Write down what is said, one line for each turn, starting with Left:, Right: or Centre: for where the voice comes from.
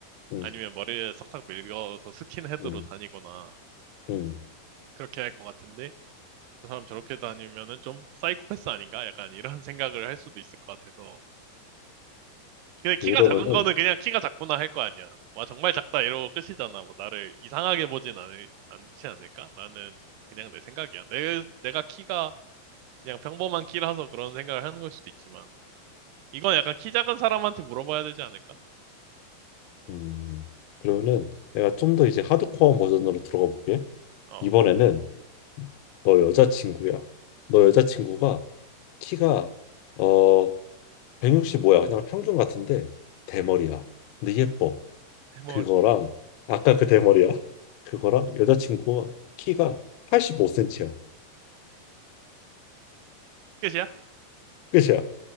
Left: 음,
Right: 아니면 머리에 싹싹 밀려서 스킨헤드로
Left: 음,
Right: 다니거나,
Left: 음.
Right: 그렇게 할 것 같은데, 저 사람 저렇게 다니면은 좀 사이코패스 아닌가? 약간 이런 <laughs> 생각을 할 수도 있을 것 같아서. 근데 키가
Left: 그러면은
Right: 작은 거는 그냥 키가 작구나 할 거 아니야. 와, 정말 작다 이러고 끝이잖아. 뭐 나를 이상하게 보진 않을, 않지 않을까? 나는 그냥 내 생각이야. 내, 내가 키가 그냥 평범한 키라서 그런 생각을 하는 걸 수도 있지만. 이건 약간 키 작은 사람한테 물어봐야 되지 않을까?
Left: 음, 그러면은 내가 좀 더 이제 하드코어 버전으로 들어가 볼게.
Right: 어,
Left: 이번에는 너 여자친구야. 너 여자친구가 키가 어 165야. 그냥 평균 같은데 대머리야. 근데 예뻐.
Right: 대머리.
Left: 그거랑 아까 그 대머리야. 그거랑 여자친구가 키가 85cm야.
Right: 끝이야?
Left: 끝이야.